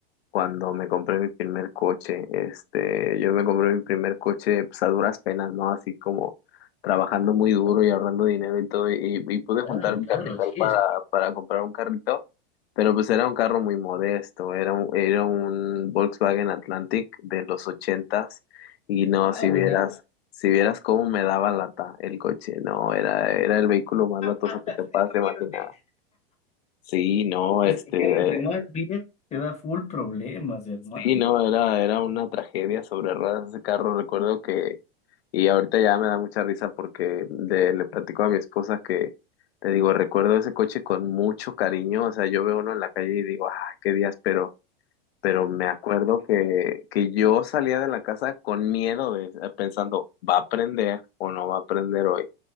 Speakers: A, on the left; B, on the left.
A: cuando me compré mi primer coche. Este, yo me compré mi primer coche, pues a duras penas, ¿no? Así como trabajando muy duro y ahorrando dinero y todo, y, y pude
B: Claro,
A: juntar mi
B: claro,
A: capital
B: así
A: para,
B: es.
A: para comprar un carrito. Pero pues era un carro muy modesto, era un, era un Volkswagen Atlantic de los ochentas y no,
B: Ah,
A: si
B: buena,
A: vieras, si vieras cómo me daba lata el coche, no, era, era el vehículo más latoso
B: <laughs>
A: que te puedas imaginar.
B: terrible.
A: Sí, no,
B: Es
A: este,
B: que, claro,
A: eh,
B: entre más bien te da full problemas, hermano.
A: sí, no, era, era una tragedia sobre ruedas ese carro, recuerdo que, y ahorita ya me da mucha risa porque le, le platico a mi esposa que, te digo, recuerdo ese coche con mucho cariño, o sea, yo veo uno en la calle y digo, ah, qué días, pero... pero me acuerdo que, que yo salía de la casa con miedo, de- pensando, ¿va a aprender o no va a aprender hoy?